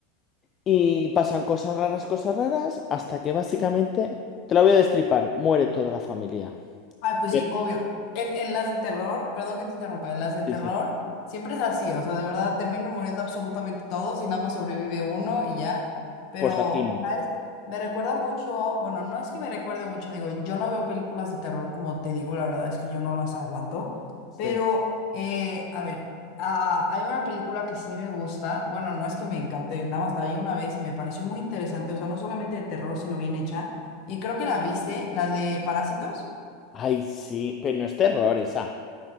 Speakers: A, on the left; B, on the left.
A: y pasan cosas raras, cosas raras, hasta que básicamente, te la voy a destripar, muere toda la familia.
B: Ah, pues
A: Sí,
B: sí, obvio. En, en las de terror, perdón que te interrumpa, en las de terror
A: sí, sí.
B: siempre es así, o sea, de verdad terminan muriendo absolutamente todos y nada más sobrevive uno y ya. Pero,
A: Pues aquí no.
B: ¿sabes? Me recuerda mucho, bueno, no es que me recuerde mucho, digo, yo no veo películas de terror, como te digo, la verdad es que yo no las aguanto,
A: Sí.
B: pero, eh, a ver, ah, hay una película que sí me gusta, bueno, no es que me encante, nada más la vi una vez y me pareció muy interesante, o sea, no solamente de terror, sino bien hecha, y creo que la viste, la de Parásitos.
A: Ay, sí, pero no es terror esa,